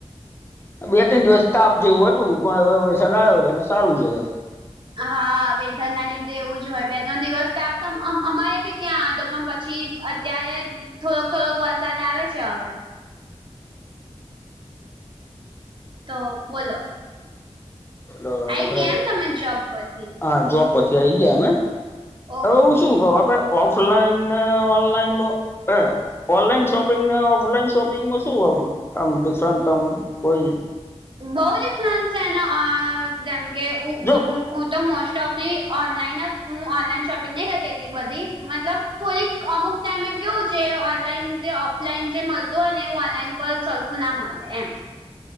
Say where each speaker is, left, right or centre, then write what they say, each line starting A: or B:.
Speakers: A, on the left; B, on the right.
A: બે ત્રણ દિવસ તાપ જેવું હતું પણ હવે વરસાદ આઈવી છે એટલે સારું છે હવે.
B: હા વેધર ના લીધે એવું જ હોય બે ત્રણ દિવસ તાપ અમ અમારે બી ત્યાં પણ પછી ત્યારે થોડોક થોડોક વરસાદ આવે છે હવે- તો બોલો-
A: આપ
B: આઈ ગયા એમ તમે જોબ પરથી
A: હા જોબ- પછી આઈ ગયા અમે
B: ઓકે
A: હવે હુ શું કહું આપણે- ઓફલાઇન ને ઓનલાઇનું એ ઓનલાઈન શોપિંગ ને ઓફલાઈન શોપિંગમાં શું આમ આમ ડિફરન્ટ આમ કોઈ?
B: બહુ ડિફરન્સ એ છે જેમકે ઉ
A: જો
B: ઉ ઉ હું તો મોસ્ટ ઓફલી ઓનલાઈન જ હું ઓનલાઈન શોપિંગ નહી કરતી એટલી બધી મતલબ થોલીક અમુક ટાઈમે કેવું છે ઓનલાઈન જે ઓફલાઈન જે મલતું હોય ને એ ઓનલાઈન પર સર ખું ના મલે એમ.